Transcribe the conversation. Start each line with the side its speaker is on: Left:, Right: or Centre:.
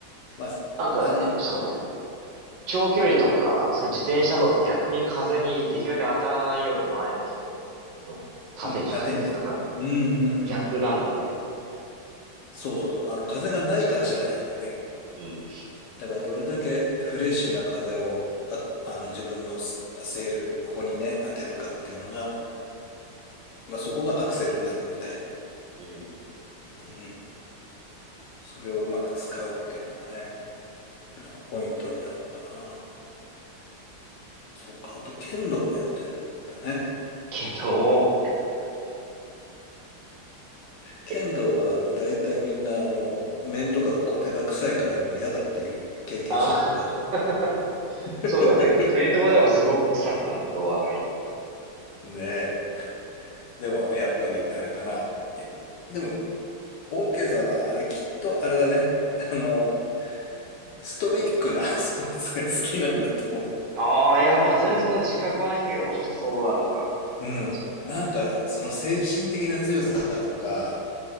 Left: まあ、そあの、
Right: なんかね、
Left: うん、
Right: そうね。長距離とか、そういう自転車道だと逆に風にできるだけ当たらないように前の人の盾になってとか、
Left: うん、縦にですよね。うん、うん、うん、
Right: 逆なんだね。
Left: うん。そうそうそう。あの、風がないと走らないんだよね。
Right: うん。
Left: だから、どれだけフレッシュな風を、あ、あの、自分のスセール、歩にね、当てるかっていうのが、まあ、そこがアクセルになるので、
Right: うん。
Left: うん、それをうまく使うっていうのがね、あの、
Right: うん
Left: ポイントになるのかな。そうか、あと、剣道もやってるんだね。
Right: 昨日、やってたね。
Left: 剣道は、
Right: け、
Left: あの、大体みんな、あの、面とかコテが臭いからもう嫌だっていう経験者が多かっ
Right: あ、<laughs>
Left: た。
Right: そうだね。クレーンとこでもすごく臭くなる、ドアが開いても。
Left: <laughs> ねえ。でも、やっぱり、あれかな。え、でも、オーケーさんは、あれ、きっと、あれだね。あの、ストイックな <laughs> スポーツが好きなんだと思
Right: ああ、いや、まあ全然そんな自覚はないんだけど、もしかしたらそうだろうかも
Left: う。うん。
Right: しれない。
Left: なんか、その精神的な強さだとか、